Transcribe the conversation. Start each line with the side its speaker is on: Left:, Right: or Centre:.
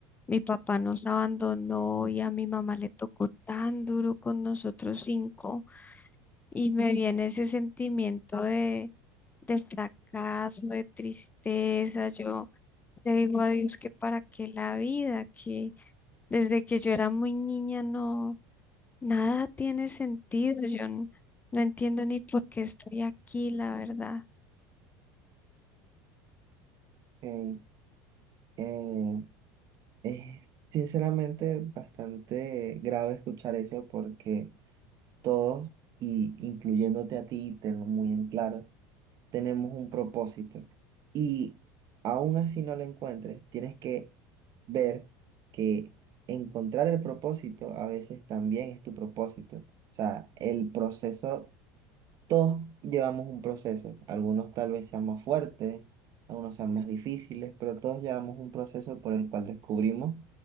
Left: mi papá nos abandonó y a mi mamá le tocó tan duro con nosotros cinco. Y me viene ese sentimiento de, de fracaso, de tristeza. Yo Le digo a Dios que para qué la vida, que desde que yo era muy niña no, nada tiene sentido. Yo n- no, entiendo ni por qué estoy aquí, la verdad.
Right: Eh, eh, es sinceramente bastante grave escuchar eso porque... todos, y incluyéndote a ti, tenlo muy en claro, tenemos un propósito. Y aún así no lo encuentres, tienes que ver que encontrar el propósito a veces también es tu propósito. O sea, el proceso, todos llevamos un proceso. Algunos tal vez sean más fuertes, algunos sean más difíciles, pero todos llevamos un proceso por el cual descubrimos